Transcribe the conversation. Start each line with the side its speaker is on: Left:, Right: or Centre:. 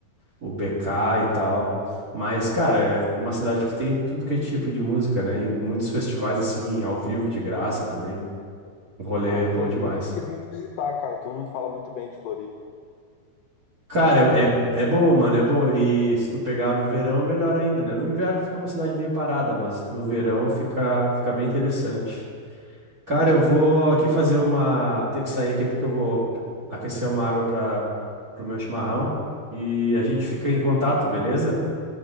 Right: o BK e tal. Mas, cara, é uma cidade que tem tudo que é tipo de música, né? E muitos festivais, assim, ao vivo, de graça também. O rolê
Left: Ah,
Right: é
Left: que
Right: bom
Left: legal.
Right: demais.
Left: Eu sempre quis muito visitar, cara. Todo mundo fala muito bem de Floripa.
Right: Cara, é, é é bom, mano, é bom. E se tu pegar no verão é melhor ainda, né? No inverno fica uma cidade bem parada, mas no verão fica, fica bem interessante. Cara, eu vou aqui fazer uma. Vou ter que sair aqui porque eu vou p- aquecer uma água para pro meu chimarrão. E a gente fica em contato, beleza?